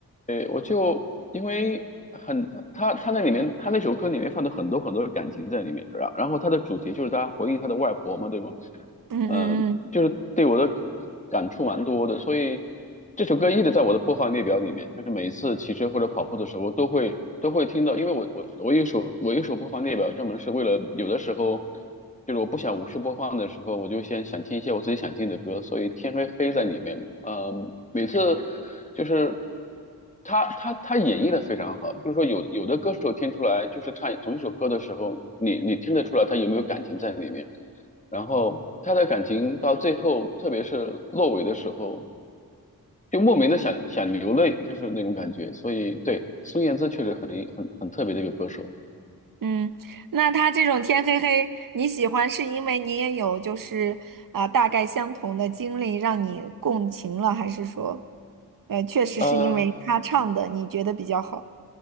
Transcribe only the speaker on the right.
嗯嗯嗯
嗯，那他这种天黑黑，你喜欢是因为你也有就是啊、大概相同的经历让你共情了，还是说，呃，确实是因为他唱的你觉得比较好？